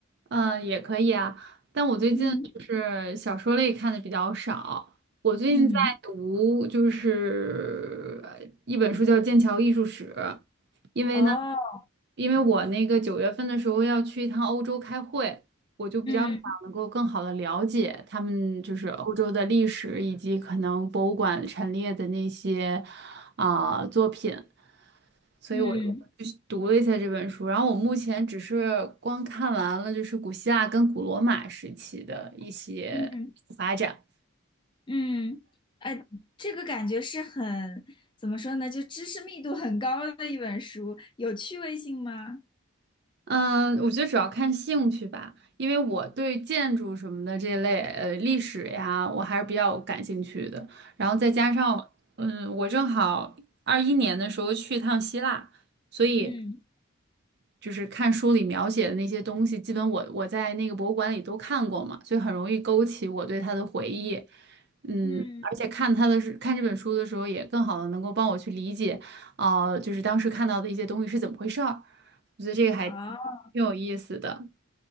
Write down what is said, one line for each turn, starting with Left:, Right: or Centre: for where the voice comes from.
Right: 嗯，也可以啊，但我最近就是小说类看的比较少。
Left: 嗯
Right: 我最近在读就是呃一本书叫《剑桥艺术史》，
Left: 嗯，
Right: 因为呢，
Left: 哦，
Right: 因为我那个九月份的时候要去一趟欧洲开会，我就比较想能够更好的了解他们就是欧洲的历史以及可能博物馆陈列的那些
Left: 嗯
Right: 啊、作品。所以我就是读了一下这本书，
Left: 嗯
Right: 然后我目前只是光看完了就是古希腊跟古罗马时期的一些发展。
Left: 嗯嗯，呃，这个感觉是很，怎么说呢，就知识密度很高的一本书，有趣味性吗？
Right: 嗯，我觉得主要看兴趣吧，因为我对建筑什么的这类呃历史呀，我还是比较感兴趣的。然后再加上，嗯，我正好二一年的时候去一趟希腊，所以
Left: 嗯
Right: 就是看书里描写的那些东西，基本我我在那个博物馆里都看过嘛，所以很容易勾起我对他的回忆。嗯，
Left: 嗯，
Right: 而且看他的是看这本书的时候，也更好的能够帮我去理解，呃，就是当时看到的一些东西是怎么回事儿。我觉得这个还挺
Left: 哦。
Right: 有意思的。